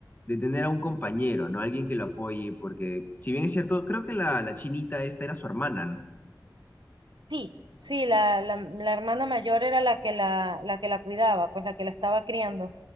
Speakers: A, on the left; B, on the right.
A: de tener a un compañero, ¿no? Alguien que lo apoye, porque, si bien es cierto, creo que la, la chinita esta era su hermana, ¿no?
B: sí, sí, la, la, la hermana mayor era la que la, la que la cuidaba, pues la que la estaba criando.